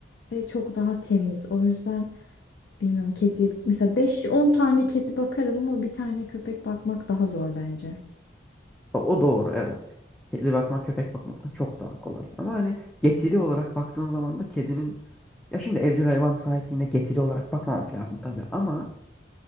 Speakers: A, on the left; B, in the centre.
A: ve çok daha temiz. O yüzden Bilmiyorum kedi mesela 5-10 tane kedi bakarım ama bir tane köpek bakmak daha zor bence.
B: O o doğru evet. Kedi bakmak köpek bakmaktan çok daha kolay. Ama hani getiri olarak baktığın zaman da kedinin ya şimdi evcil hayvan sahipliğine getiri olarak bakmamak lazım tabii ama